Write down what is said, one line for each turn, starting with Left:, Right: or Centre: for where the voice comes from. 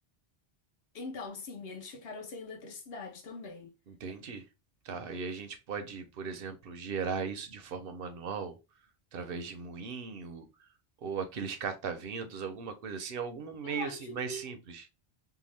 Left: Então, sim, eles ficaram sem eletricidade também.
Right: Entendi. Tá, e a gente pode, por exemplo, gerar isso de forma manual? através de moinho, ou aqueles cataventos, alguma coisa assim, algum meio
Left: Eu acho
Right: assim mais
Left: que,
Right: simples.